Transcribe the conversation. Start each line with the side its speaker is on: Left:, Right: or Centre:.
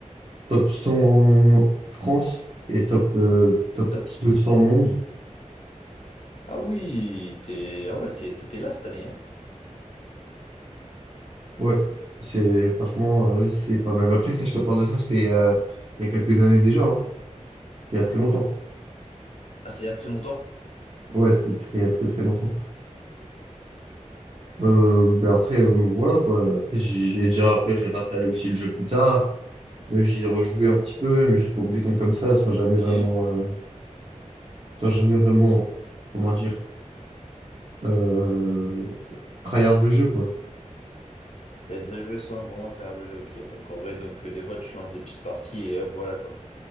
Right: top 100 en France et top, euh, top
Left: Top.
Right: 200 monde.
Left: Ah oui, t'es, ah ouais, t'es- t'étais là cette année, hein.
Right: Ouais, c'est franchement, euh, c'est pas mal. Mais après, ça, je te parle de ça, c'était euh, il y a quelques années déjà, hein. C'était il y a très longtemps.
Left: Ah, c'est il y a très longtemps.
Right: Ouais, c'était très, très, très longtemps. Euh, bah après, euh, voilà quoi. Après, j'ai j'ai déjà, après, j'ai installé aussi le jeu plus tard. J'y rejouais un petit peu, mais juste pour me détendre comme ça, sans jamais
Left: Ok.
Right: vraiment,
Left: Il
Right: euh, sans jamais vraiment, comment dire, euh, tryhard le jeu, quoi.
Left: a déjà joué sans vraiment à travers le jeu, ok. Donc en vrai, donc euh, des fois, tu lances des petites parties et hop, voilà, quoi.